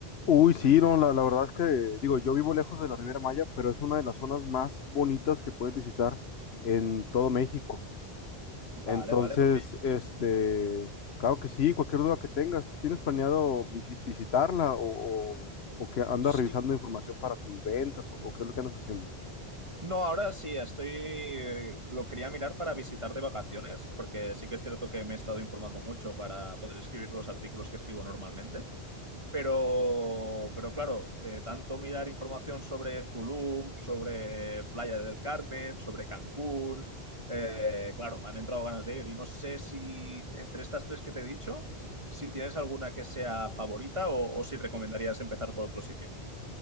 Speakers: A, on the left; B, on the right.
A: Uy, sí, no, la, la verdad es que, digo, yo vivo lejos de la Riviera Maya, pero es una de las zonas más bonitas que puedes visitar en todo México.
B: Vale,
A: Entonces,
B: vale, porque
A: este, claro que sí, cualquier duda que tengas, ¿tienes planeado visi- visitarla o, o- o que andas
B: sí.
A: revisando información para tus ventas o, o qué es lo que andas haciendo?
B: No, ahora sí, estoy, eh, lo quería mirar para visitar de vacaciones, porque sí que es cierto que me he estado informando mucho para poder escribir los artículos que escribo normalmente, pero, pero claro, de tanto mirar información sobre Tulum, sobre Playa del Carmen, sobre Cancún, eh, claro, me han entrado ganas de ir y no sé si entre estas tres que te he dicho, si tienes alguna que sea favorita o, o si recomendarías empezar por otro sitio.